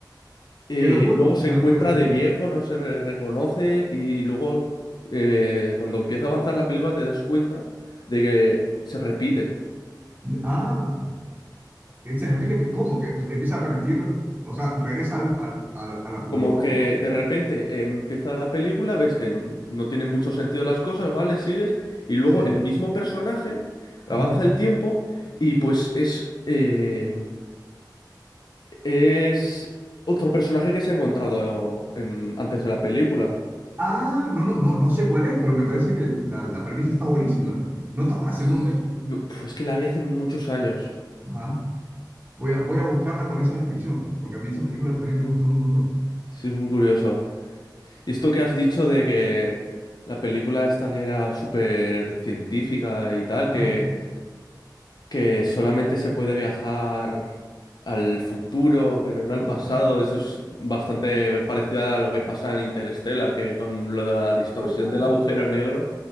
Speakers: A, on the left; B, on the right.
A: Eh,
B: ¡Qué locura!
A: y luego se encuentra
B: ¡Qué locura!
A: de viejo, no se re- reconoce y luego eh, cuando empieza a avanzar la película te das cuenta de que se repite.
B: Ah. Cristian Enrique, ¿cómo? ¿Que empieza a repetir? O sea, regresa al, al- a, a la juventud.
A: Como que
B: ¿Cómo?
A: de repente empieza la película, ves que no, no tienen mucho sentido las cosas, ¿vale? Sigues y luego
B: Sí.
A: el mismo personaje avanza
B: Ajá.
A: el tiempo y pues es eh, es otro personaje que se ha encontrado en- antes de la película.
B: Ah, no, no, no, no sé cuál es, pero me parece que la, la premisa está buenísima. ¿No te acuerdas el nombre?
A: Sí. No, pf, es que la vi hace muchos años.
B: Ajá. Voy a, voy a buscarla con esa descripción, porque a mí esas películas también me gustan un montón.
A: Sí, es muy curioso. Y esto que has dicho de que la película esta que era súper científica y tal,
B: Ajá.
A: que que solamente se puede viajar al futuro, pero no al pasado.
B: Ajá.
A: Eso es bastante parecido a lo que pasa en Interstellar, que con lo de la distorsión
B: Oh, oh.
A: del agujero negro,